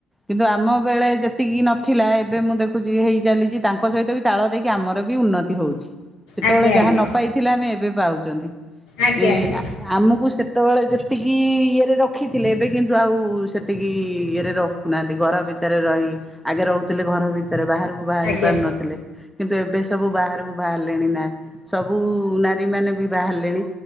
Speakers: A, in the centre; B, on the left (about 70°).
A: କିନ୍ତୁ ଆମ ବେଳେ ଯେତିକି ନଥିଲା ଏବେ ମୁଁ ଦେ ଖୁଚି ହେଇ ଚାଲିଚି ତାଙ୍କ ସହିତ ବି ତାଳ ଦେଇକି ଆମର ବି ଉନ୍ନତି ହଉଛି। ସେତୋଳେ
B: ଆଜ୍ଞା
A: ଯାହା
B: ଆଜ୍ଞା
A: ନ ପାଇ ଥିଲେ ଆମେ ଏବେ ପାଉଚନ୍ତି
B: ଆଜ୍ଞା
A: ଏ
B: ଆଜ୍ଞା
A: ଆ ଆମୁକୁ ସେତୋଳେ ଯେତିକି ଇଏରେ ରଖିଥିଲେ ଏବେ କିନ୍ତୁ ଆଉ ସେତିକି ଇଏରେ ର ଖୁନାହାନ୍ତି ଘର ଭିତରେ ରହି ଆଗେ ରହୁଥୁଲେ ଘର ଭିତରେ ବାହାରୁକୁ ବାହାରି
B: ଆଜ୍ଞା
A: ପାରୁନଥୁଲେ। କିନ୍ତୁ, ଏବେ ସବୁ ବାହାରୁକୁ ବାହାରିଲେଣି ନା ସବୁ ନାରୀ ମାନେ ବି ବାହାରିଲେଣି।